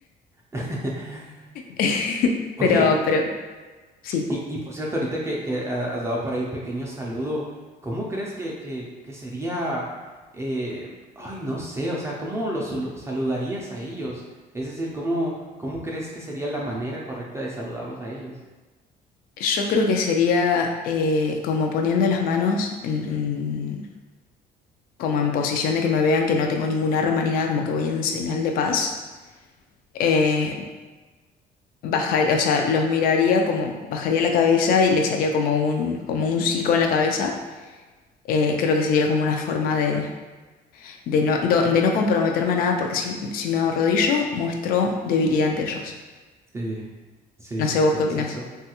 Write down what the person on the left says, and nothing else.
<laughs>
Pero, pero sí.
Yo creo que sería eh, como poniendo las manos en, en- como en posición de que me vean que no tengo ningún arma ni nada, como que voy en señal de paz. Eh, bajar, o sea, los miraría como, bajaría la cabeza y les haría como un, como un sí con la cabeza. Eh, creo que sería como una forma de de no, do- de no comprometerme a nada, porque si, si me arrodillo, muestro debilidad ante ellos.
No
sé
vos qué
opinás.